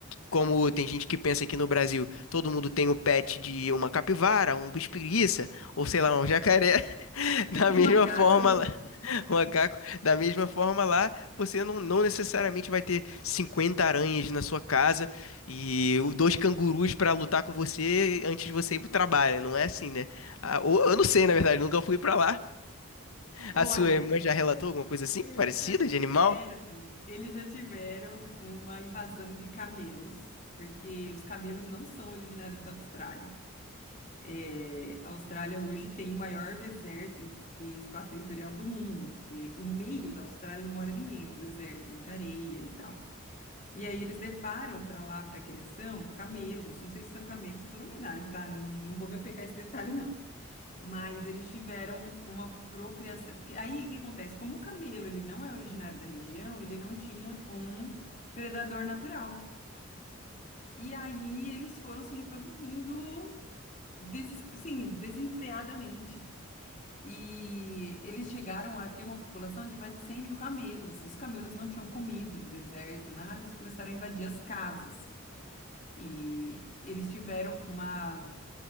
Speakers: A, on the left; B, on the left.
A: como tem gente que pensa que no Brasil todo mundo tem um pet de uma capivara, um bicho-preguiça, ou sei lá, um jacaré, <laughs> da
B: Um
A: mesma
B: macaco.
A: forma <laughs> O macaco, da mesma forma lá, você não, não necessariamente vai ter 50 aranhas na sua casa e o- dois cangurus pra lutar com você antes de você ir pro trabalho. Não é assim, né? Ah, ou- eu não sei, na verdade, nunca fui pra lá.
B: Olha,
A: A sua irmã já relatou alguma coisa assim,
B: eles
A: parecida
B: já tiveram,
A: de animal?
B: eles já tiveram uma invasão de camelos, porque os camelos não são originários da Austrália. É, a Austrália hoje tem o maior deserto em, em espaço territorial do mundo, porque o meio da Austrália não mora ninguém, é um deserto, é muita areia e tal. E aí eles levaram para lá para criação camelos, não sei se são camelos ou dromedários, tá? Não, não vou me apegar a esse detalhe, não. Mas eles tiveram uma procriação, porque aí o que acontece? Como o camelo ele não é originário da região, ele não tinha um predador natural. E aí eles foram se reproduzindo Deses- sim, desenfreadamente. E eles chegaram a ter uma população de mais de 100 mil camelos. assim. Os camelos não tinham comida no deserto, nada, eles começaram a invadir as casas. E eles tiveram uma.